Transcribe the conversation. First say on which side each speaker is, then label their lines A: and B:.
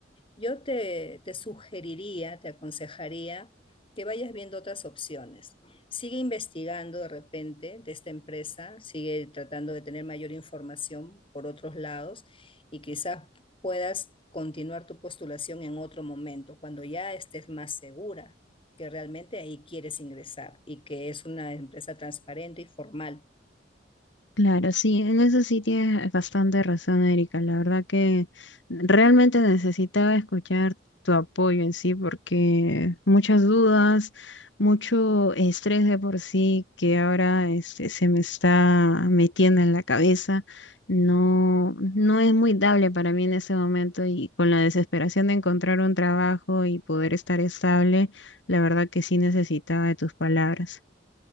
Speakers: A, on the left; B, on the left.
A: yo te, te sugeriría, te aconsejaría que vayas viendo otras opciones. Sigue investigando de repente de esta empresa, sigue tratando de tener mayor información por otros lados y quizás puedas continuar tu postulación en otro momento, cuando ya estés más segura que realmente ahí quieres ingresar y que es una empresa transparente y formal
B: Claro, sí, en eso sí tienes bastante razón, Erika. La verdad que realmente necesitaba escuchar tu apoyo en sí, porque muchas dudas, mucho estrés de por sí que ahora este, se me está metiendo en la cabeza, no, no es muy dable para mí en ese momento y con la desesperación de encontrar un trabajo y poder estar estable, la verdad que sí necesitaba de tus palabras.